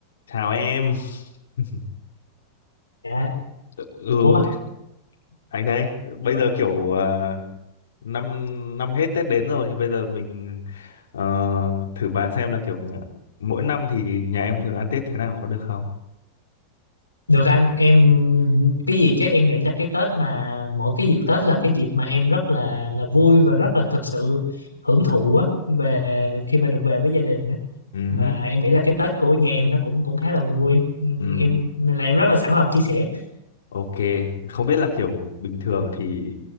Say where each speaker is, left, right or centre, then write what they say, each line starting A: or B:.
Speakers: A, on the left (about 60°); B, on the left (about 80°).
A: Chào em. <laughs>
B: Dạ.
A: Ừ,
B: Ủa,
A: th- anh đây Bây
B: rồi,
A: giờ kiểu ờ, năm năm hết Tết đến rồi thì bây giờ mình ờ, thử bàn xem là kiểu ờ, mỗi năm thì nhà em thường ăn Tết thế nào có được không?
B: được anh, em cái gì chứ em nghĩ là cái Tết mà mỗi cái dịp Tết là cái dịp mà em rất là là vui và rất là thực sự hưởng thụ á về khi mà được về với gia đình á.
A: Ừ,
B: Mà em nghĩ là cái Tết của nhà em nó cũng cũng khá là vui. Ừ,
A: ừ,
B: Em nên là em rất là sẵn lòng chia sẻ.
A: ok. Không biết là kiểu bình thường thì